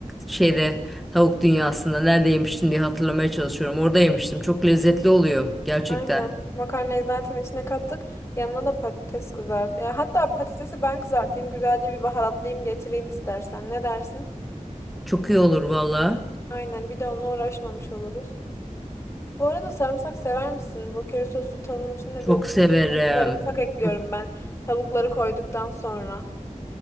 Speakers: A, in the centre; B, on the left (about 20°).
A: şeyde tavuk dünyasında nerede yemiştim diye hatırlamaya çalışıyorum orada yemiştim çok lezzetli oluyor gerçekten
B: Aynen. Makarnayı zaten içine kattık. Yanına da patates kızart. Ya hatta patatesi ben kızartayım. Güzelce bir baharatlayayım getireyim istersen. Ne dersin?
A: çok iyi olur valla
B: Aynen. Bir de onunla uğraşmamış oluruz. Bu arada sarımsak sever misin? Bu köri soslu tavuğun içinde
A: çok
B: böyle bir
A: severim
B: diş fırçası sarımsak ekliyorum
A: çok,
B: ben. Tavukları koyduktan sonra.